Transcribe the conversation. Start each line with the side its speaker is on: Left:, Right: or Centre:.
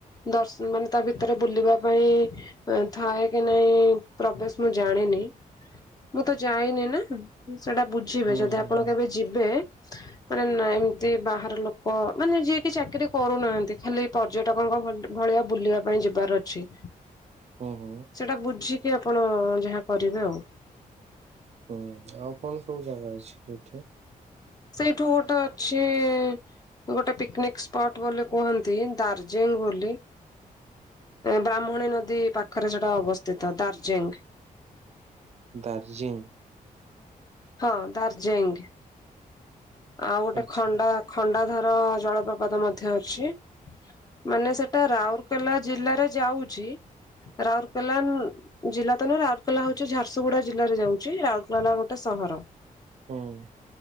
Left: ଦର୍ଶନ ମାନେ ତା ଭିତରେ ବୁଲିବା ପାଇଁ ଥାଏ କି ନାଇଁ। ପ୍ରବେଶ ମୁଁ ଜାଣିନି ମୁଁ ତ ଯାଇନି ନା ସେଇଟା ବୁଝ ଯିବେ
Right: ହୁଁ
Left: ଯଦି
Right: ହୁଁ
Left: ଆପଣ
Right: ହୁଁ
Left: କେବେ ଯିବେ ମାନେ ନା ଏମିତି ବାହାର ଲୋକ ମାନେ ଯିଏକି ଚାକିରି କରୁନାହାନ୍ତି ଖାଲି ପର୍ଯ୍ୟଟକଙ୍କ ଭଳିଆ ବୁଲିବା ପାଇଁ ଯିବାର ଅଛି।
Right: ଓହୋ।
Left: ସେଇଟା ବୁଝିକି ଆପଣ ଯାହା କରିବେ ଆଉ।
Right: ହୁଁ। ଆଉ କଣ ସବୁ ଜାଗା ଅଛି ଏଠେ?
Left: ସେଇଠୁ ଗୋଟେ ଅଛି ଗୋଟେ ପିକନିକ ସ୍ପଟ ବୋଲି କୁହନ୍ତି ଦାର୍ଜିଲିଂ ବୋଲି। ବ୍ରାହ୍ମଣୀ ନଦୀ ପାଖରେ ସେଟା ଅବସ୍ଥିତ ଦାର୍ଜିଲିଂ।
Right: ଦାର୍ଜିଂ?
Left: ହଁ ଦାର୍ଜିଲିଂ ଆଉ ଗୋଟେ
Right: ଆଚ୍ଛା।
Left: ଖଣ୍ଡା ଖଣ୍ଡାଧର ଜଳପ୍ରପାତ ମଧ୍ୟ ଅଛି। ମାନେ ସେଟା ରାଉରକେଲା ଜିଲ୍ଲାରେ ଯାଉଛି। ରାଉରକେଲା ଜିଲ୍ଲା ତ ନୁହେଁ ରାଉରକେଲା ହଉଛି ଝାରସୁଗୁଡା ଜିଲ୍ଲାରେ ଯାଉଛି ରାଉରକେଲା। ଗୋଟେ ସହର।
Right: ହଁ।